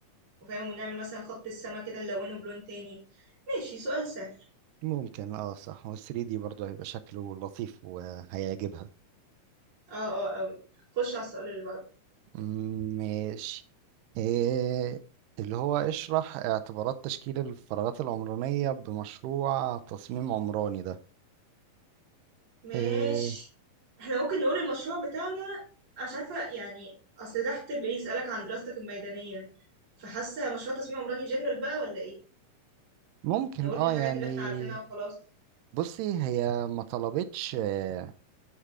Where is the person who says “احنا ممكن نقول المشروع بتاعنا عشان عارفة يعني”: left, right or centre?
Right